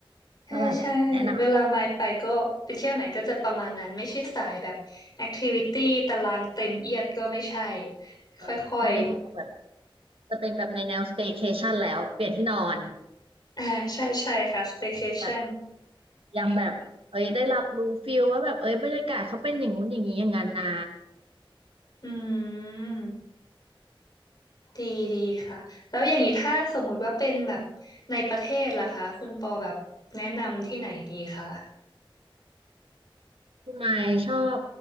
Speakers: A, on the left (about 50°); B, on the right (about 85°).
A: ใช่ใช่เวลาไม่ไปก็ไปเที่ยวไหนก็จะประมาณนั้นไม่ใช่สายแบบแอคทิวิตี้ตารางเต็มเอียดก็ไม่ใช่
B: ก็แบบแนะนำเลยตอนนี้ของบอแบบ
A: ค่อย
B: จะเป็นแบบในแนว staycation แล้วเปลี่ยนที่นอน
A: ๆ <laughs> อ่าใช่ใช่ค่ะ staycation
B: แบบยังแบบเอ้ยได้รับรู้ฟิลว่าแบบเอ้ยบรรยากาศเขาเป็นอย่างงู้นอย่างนี้อย่างนั้นนะ
A: อืม ดีดีค่ะแล้วอย่างนี้ถ้าสมมุติว่าเป็นแบบในประเทศล่ะคะคุณปอแบบแนะนำที่ไหนดีคะ
B: คุณไมค์ชอบ